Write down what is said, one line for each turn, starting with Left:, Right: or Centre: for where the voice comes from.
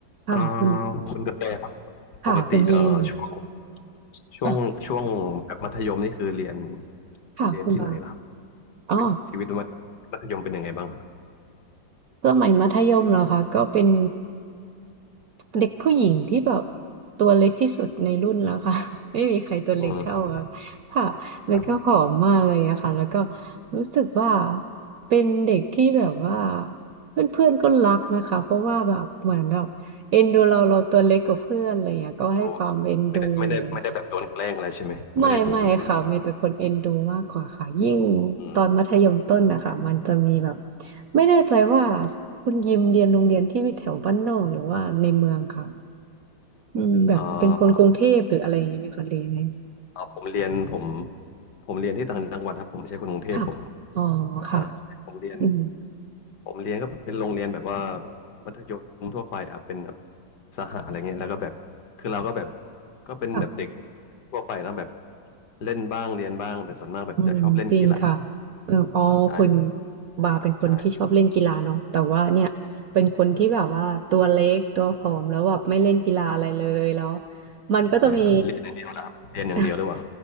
Right: ค่ะคุณ
Left: เอ่อคุณกระแตครับ
Right: ค่ะคุณฮิม
Left: ปกติเอ่อช่วงช่วงช่วงแบบมัธยมนี่คือเรียน
Right: เออค่ะคุณบา
Left: เรียนที่ไหนล่ะครับ
Right: อ๋อ
Left: ชีวิตชีวิตมัธมัธยมเป็นยังไงบ้างครับ
Right: สมัยมัธยมเหรอคะก็เป็นเด็กผู้หญิงที่แบบตัวเล็กที่สุดในรุ่นแล้วค่ะ <laughs> ไม่มีใครตัวเล็กเท่าอะ
Left: อืม
Right: ค่ะแล้วก็ผอมมากเลยอะค่ะแล้วก็
Left: ครับ
Right: รู้สึกว่าเป็นเด็กที่แบบว่าเพื่อนๆก็รักนะคะเพราะว่าแบบเหมือนแบบเอ็นดูเราเราตัวเล็กกว่าเพื่อนอะไรอย่างเงี้ยก็ให้ความเอ็นดูหรืออะไร
Left: ดูไม่ได้ไม่ได้ไม่ได้แบบโดนแกล้งอะไรใช่ไหมไม่ได้โดนบุล
Right: ไม่ไม่ค่ะมีแต่คนเอ็นดูมากกว่าค่ะยิ่ง
Left: อืม
Right: ตอนมัธยมต้นนะคะมันจะมีแบบไม่แน่ใจว่าคุณยิมเรียนโรงเรียนที่แถวบ้านนอกหรือว่าในเมืองค่ะอืมแบบเป็นคนกรุงเทพหรืออะไรอย่างนี้ไหมคะเรียนไง
Left: เอ่อเอ่อผมเรียนผมผมเรียนที่ต่างจังหวัดครับผมไม่ใช่คนกรุงเทพผม
Right: ค่ะอ๋อค่ะ
Left: อ่าใช่ผมเรียน
Right: อืม
Left: ผมเรียนก็เป็นโรงเรียนแบบว่ามัธยมทั่วไปอ่ะเป็นแบบสหอะไรเงี้ยแล้วก็แบบคือเราก็แบบก็เป็นแบบเด็ก
Right: ค่ะ
Left: ทั่วไปเนอะแบบเล่นบ้างเรียนบ้างแต่ส่วนมากแบบจะชอบเล่นกีฬา
Right: อืมจริงค่ะเอออ๋อคุณ
Left: ใช่
Right: บาเป็นคนที่ชอบเล่นกีฬาเนาะแต่ว่าเนี่ยเป็นคนที่แบบว่าตัวเล็กตัวผอมแล้วแบบไม่เล่นกีฬาอะไรเลยแล้ว
Left: ใช่
Right: มันก็จะมี
Left: ใช่ไหมครับเรียนอย่างเดียวเหรอครับเรียนอย่างเดียวหรือเปล่า
Right: <laughs>